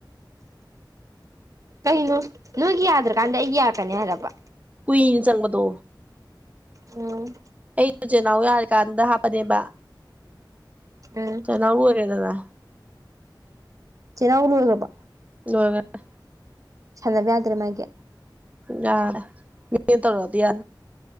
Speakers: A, on the right; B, on the right.
A: ꯀꯩꯅꯣ ꯅꯣꯏꯒꯤ ꯌꯥꯗ꯭ꯔꯀꯥꯟꯗ ꯑꯩ ꯌꯥꯔꯛꯀꯅꯤ ꯍꯥꯏꯔꯕ
B: ꯀꯨꯏꯅ ꯆꯪꯕꯗꯣ
A: ꯎꯝ
B: ꯏꯆꯤꯟ ꯏꯅꯥꯎ ꯌꯥꯔꯀꯥꯟꯗ ꯍꯥꯞꯄꯅꯦꯕ
A: ꯎꯝ
B: ꯆꯦꯅꯥꯎ ꯂꯣꯏꯔꯦꯗꯅ
A: ꯆꯦꯅꯥꯎ ꯂꯣꯏꯒꯔꯕꯣ
B: ꯂꯣꯏꯒꯔꯦ
A: ꯁꯥꯟꯅꯅꯕ ꯌꯥꯗ꯭ꯔꯦ ꯃꯥꯒꯤ
B: ꯌꯥ ꯃꯤ ꯇꯔꯗꯤ ꯌꯥ